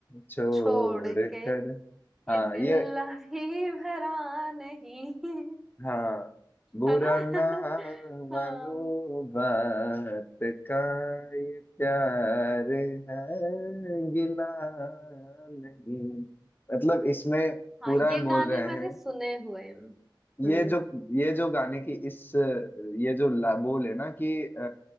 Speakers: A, on the left (about 25°); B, in the centre.
A: छोड़
B: छोड़
A: कर
B: के ये
A: हाँ
B: दिल
A: ये
B: अभी भरा नहीं <laughs>
A: हाँ बुरा
B: है ना
A: ना
B: <laughs>
A: मानो
B: हाँ
A: बात का ये प्यार है गिला नहीं मतलब इसमें
B: हाँ
A: पूरा
B: ये
A: बोल
B: गाने
A: रहे
B: मैंने
A: हैं
B: सुने हुए हैं हम्म
A: ये जो ये जो गाने की इस ये जो ला- बोल है ना कि अ,